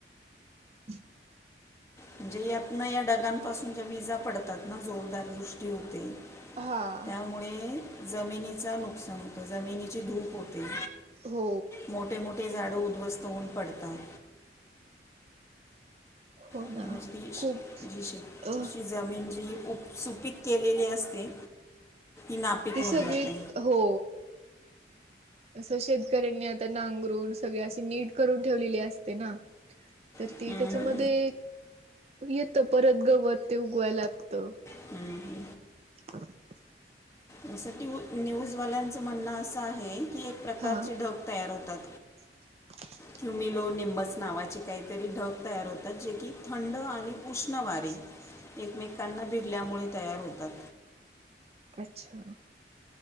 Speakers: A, on the right; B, on the left.
A: हम् <unintelligible>
B: म्हणजे यात ना या ढगांपासून जे विजा पडतात ना जोरदार दृष्टी होते..
A: हा
B: त्यामुळे जमिनीच नुकसान होत. त जमिनीची धूप होते.
A: हो
B: मोठे <inaudible> मोोठे झाडं उद्ध्वस्त होऊन पडतात.
A: हो
B: <unintelligible>
A: ना
B: <inaudible> न
A: खूप
B: जची
A: अ
B: जमीन जीप सुपीक केलेली असते. नापीक
A: ती
B: होऊन
A: सगळी
B: जाते
A: हो, असं शेतकऱ्यांनी आता नांगरून सगळे असे नीट करून ठेवलेली असते ना. तर
B: हम्म,
A: ते त्याच्यामध्ये
B: हम्म.
A: येत परत गवत ते उगवाय लागत.
B: ह.
A: ब <unintelligible> <inaudible>
B: यासाठी न्यूजवाल्यांचं म्हणणं असं आहे की एक प्रकारचे
A: हा
B: ढग तयार होतात.
A: <unintelligible> <inaudible>
B: क्युमिलो निंबस नावाचे काहीतरी ढग तयार होतात जे की थंड आणि उष्ण वारे.
A: ह <unintelligible> <inaudible>
B: एकमेकांना भिडल्यामुळे तयार होतात.
A: अच्छा,